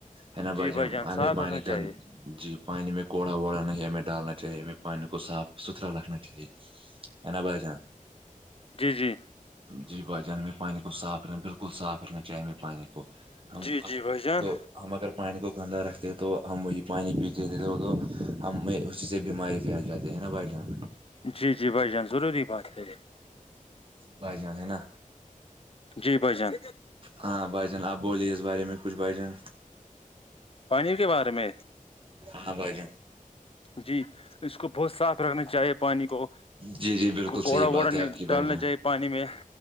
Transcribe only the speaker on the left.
جی
بھائی جان
صاف رکھنا
چاہیے
جی جی
جی
جی بھائی
جان
جی جی بھائی جان ضرو کی بات ہے
جی بھائی جان
پانی کے بارے میں
جی اس کو بہت صاف رکھنا چاہیے پانی کو
کوڑا
ووڑا
ڈالنا
چاہیے پانی میں